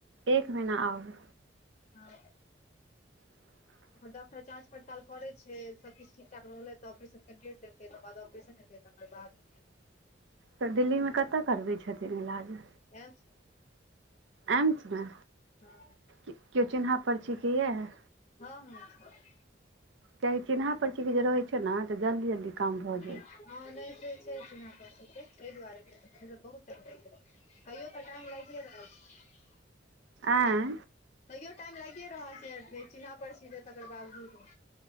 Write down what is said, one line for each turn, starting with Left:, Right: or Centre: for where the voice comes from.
Right: एक महीना आउर
Left: हँ
Right: <inaudible>
Left: ओ डॉक्टर जाच पड़ताल करे छै सब किछ ठीक ठाक रहल त ऑपरेशन डेट देतै तकर बाद ऑपरेशन हे तय तकर बाद
Right: तऽ दिल्लीमे कतऽ करबै छथिन इलाज
Left: एम्स मे
Right: एम्स मे
Left: हँ
Right: क्यो चिन्हा पर्ची के एय
Left: हँ हँ छथिन
Right: कआि चिन्हा परची के जे रहे छै ने जल्दी जल्दी काम भ जाय
Left: <inaudible> हँ नय से छै चिन्हा परची दुआारे बहु टाइम लग अइयो तऽ टाइम लागे रहल छै
Right: आँय
Left: तैयो टाइम लाइगे रहल छै चिन्हा परची दे तकर बावजूदो